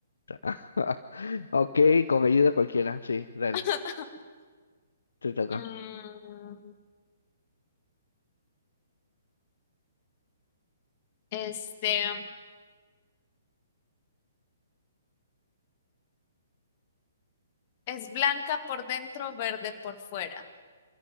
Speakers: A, on the left; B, on the left.
A: tac. <laughs> Ok, con ayuda cualquiera. Sí, dale.
B: <laughs>
A: Te toca.
B: Mm, este, es blanca por dentro, verde por fuera.